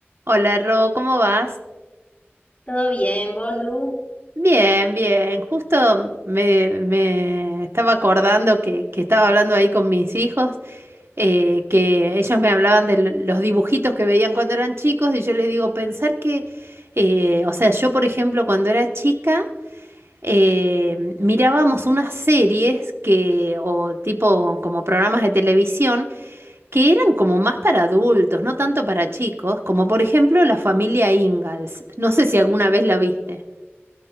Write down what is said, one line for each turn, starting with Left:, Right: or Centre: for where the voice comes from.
Right: Hola, Ro, ¿cómo vas?
Left: Todo bien, vos, Lu.
Right: Bien, bien. Justo me, me estaba acordando que, que estaba hablando ahí con mis hijos, eh, que ellos me hablaban de lo- los dibujitos que veían cuando eran chicos y yo les digo, pensar que, eh, o sea, yo por ejemplo cuando era chica eh, mirábamos unas series que, o tipo como programas de televisión que eran como más para adultos, no tanto para chicos, como por ejemplo La familia Ingalls. No sé si alguna vez la viste.